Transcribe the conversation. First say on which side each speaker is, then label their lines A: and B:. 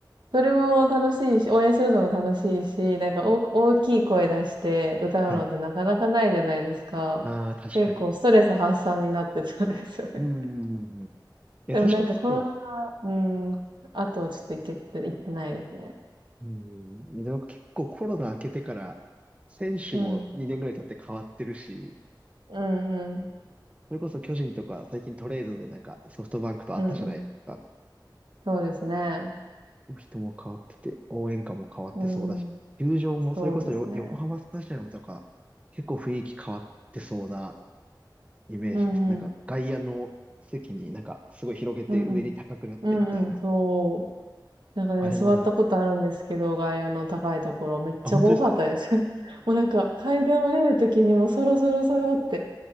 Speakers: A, on the right (about 70°); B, on the right (about 15°).
A: それも楽しいし、応援するのも楽しいし、なんか大、大きい声出して歌うのってなかなかないじゃないですか。
B: はい。ああ、確かに。
A: 結構ストレス発散になってたんですよね。
B: うん、うんうんうん。い
A: <laughs>
B: や、
A: でもなんかコロ
B: 確かにそうです。
A: ナ、うん、あとはちょっと行けて、行ってないですね。
B: うん。なんか結構コロナ明けてから、選手も2年ぐらい経って変わってるし、
A: うん。うんうん。
B: それこそ巨人とか最近トレードでなんかソフトバンクと会ったじゃないですか。
A: うんうん。そうですね。
B: 人も変わってて、応援歌も変わってそうだし、
A: うん。
B: 球場もそれこそよ横浜スタジアムとか、
A: そうですね。
B: 結構雰囲気変わってそうなイメージです。
A: うんうん。
B: なんか外野の席になんかすごい広げて上に高くなってみたいな。
A: うんうん。うんうん。そう。なんかね、
B: あれまだ、
A: 座ったことあるんですけど、外野の高いところ、めっちゃ怖かったです。
B: あ、本当ですか
A: <laughs> もうなんか、階段降りるときにもうそろそろそろって